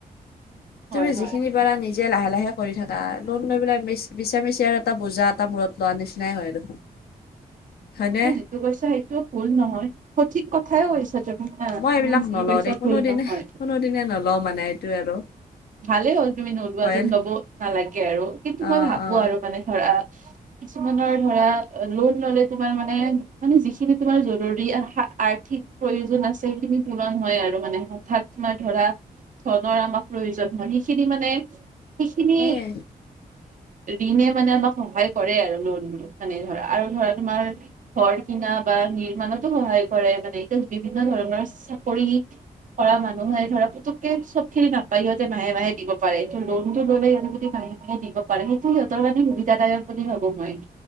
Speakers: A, on the right (about 55°); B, on the left (about 80°).
A: হয়
B: তুমি
A: হয়
B: যিখিনি কিবা এটা নিজে লাহে লাহে কৰি থাকা লোন লৈ পেলাই মিছা মিছি আৰু এটা বোজা এটা মূৰত লোৱা নিচিনাই হয় দেখোন। হয়নে
A: তুমি যিটো কৈছা সেইটোও ভুল নহয় সঠিক কথাইও কৈছা।
B: মই
A: তুমি
B: এইবিলাক
A: যি
B: নলওঁ
A: কৈছা
B: দেই
A: ভুল
B: কোনোদিনে
A: নহয়।
B: কোনোদিনে নলওঁ মানে এইটো আৰু
A: ভালে হ'ল তুমি নোলোৱা
B: অইল
A: যদি লব নালাগে আৰু কিন্তু
B: অ
A: মই ভাবো
B: অ
A: আৰু মানে ধৰা কিছুমানৰ ধৰা লোন ললে তোমাৰ মানে মানে যিখিনি তোমাৰ জৰুৰী আৰ্থিক প্ৰয়োজন আছে সেইখিনি পূৰণ হয় আৰু, মানে হঠাৎ তোমাৰ ধৰা ধৰনৰ আমাক প্ৰয়োজন হয়। সেইখিনি মানে সেইখিনি
B: সেই
A: ঋণে মানে আমাক সহায় কৰে আৰু লোন মানে ধৰা আৰু ধৰা তোমাৰ ঘৰ কিনা বা নিৰ্মাণতো সহায় কৰে মানে এতিয়া বিভিন্ন ধৰণৰ চাকৰি কৰা মানুহে ধৰা পুটুকে চব খিনি নাপায়, ইহতে মাহে মাহে দিব পাৰে, ত লোনটো ল'লে সিহঁতে যদি মাহে দিব পাৰে, সেইটো সিহঁতৰ মানে সুবিধাদায়ক বুলি ভাবো মই।